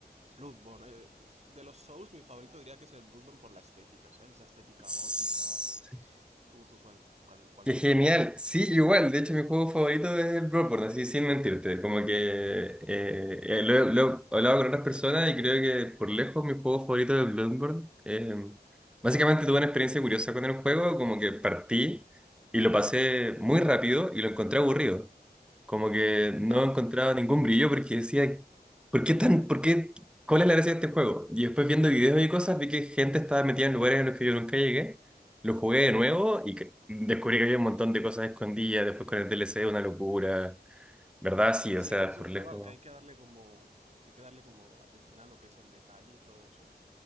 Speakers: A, on the right (about 40°); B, in the centre.
A: Bloodborne. eh, de los Souls, mi favorito diría que es el Bloodborne por la estética, ¿sabes? Esa estética
B: S-
A: gótica. ¿Tú, tú cuál, cuál, cuál
B: Qué
A: te gustaba?
B: genial. Sí, igual. De hecho, mi juego favorito es el Bloodborne, así sin mentirte. Como que eh, eh, lo, lo he hablado con otras personas y creo que por lejos mi juego favorito es Bloodborne. Eh, básicamente tuve una experiencia curiosa con el juego, como que partí y lo pasé
A: Mm.
B: muy rápido y lo encontré aburrido. Como que no
A: Ah,
B: encontraba ningún brillo porque decía, ¿por qué tan, por qué, cuál es la gracia de este juego? Y después viendo videos y cosas vi que gente estaba metida en lugares en los que yo nunca llegué. Lo jugué de nuevo y que- descubrí que había un montón de cosas escondidas. Después con el DLC, una locura. ¿Verdad? Sí,
A: sí,
B: o sea,
A: es que es un
B: por
A: juego
B: lejos,
A: al que hay que darle como... Hay que darle como atención a lo que es el detalle y todo eso.